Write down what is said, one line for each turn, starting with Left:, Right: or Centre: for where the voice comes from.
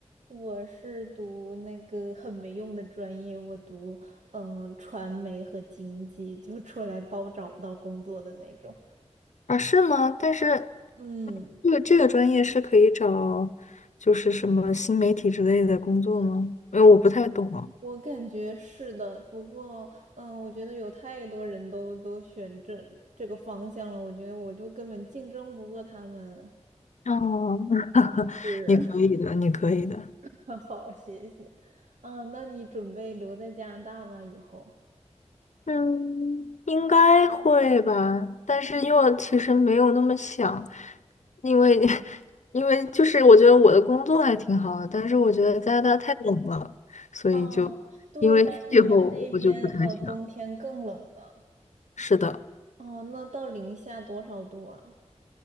Right: 我是读那个很没用的专业，我读嗯呃传媒和经济，就出来包找不到工作的那种。
Left: 啊，是吗？但是
Right: 嗯，
Left: 这个这个专业是可以找，就是什么新媒体之类的工作吗？因为我不太懂哦。
Right: 我感觉是的，不过，嗯，我觉得有太多人都都选这这个方向了，我觉得我就根本竞争不过他们。
Left: 哦，<laughs>
Right: 是，
Left: 你可以的，你可以的。
Right: <laughs> 好，谢谢。嗯，那你准备留在加拿大吗？以后？
Left: 嗯，应该会吧，但是又其实没有那么想，因为 <laughs> 因为就是我觉得我的工作还挺好的，但是我觉得加拿大太冷了，所以就因为气候我就不太想。
Right: 哦，对呀，你们那边呃冬天更冷的。
Left: 是的，
Right: 哦，那到零下多少度啊？